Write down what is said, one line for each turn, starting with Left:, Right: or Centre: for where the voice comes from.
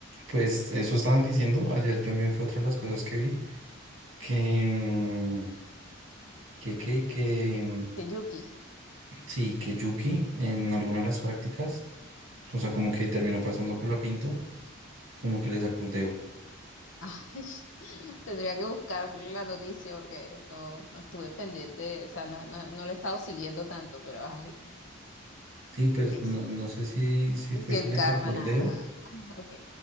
Right: pues eso estaban diciendo, ayer también fue otra de las cosas que vi, que, mm, que, que, que, mm,
Left: que Yuki,
Right: sí, que Yuki en alguna de las prácticas, o sea, como que terminó pasando a Colapinto, como que le sacó el dedo.
Left: ay, <laughs> tendría que buscar la noticia porque no, no estuve pendiente, o sea, no, no, no le he estado siguiendo tanto, pero ay,
Right: Sí, pues
Left: que, ex-
Right: no, no sé si, si
Left: y
Right: fue
Left: que
Right: que
Left: el
Right: le
Left: karma,
Right: sacó el
Left: nada,
Right: dedo.
Left: <laughs> Ah, ok,